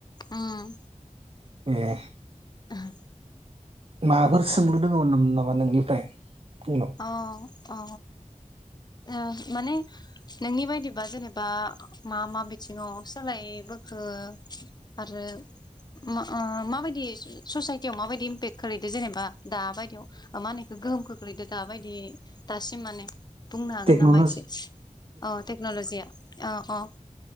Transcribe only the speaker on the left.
उम
ओहो
अ अ ओ माने नोंनि बायदिबा जेनेबा मा मा बिथिंङाव सोलायबोखो आरो मा ओ माबायदि ससाइटियाव माबायदि इम्पेक खालैदों जेनेबा दा बाय आव मानेखौ गोहोमखौ खोलैदो । दाबायदि दासिम माने बुंनो हागोन
नामा एसे अ टेक्नलजिया अ अ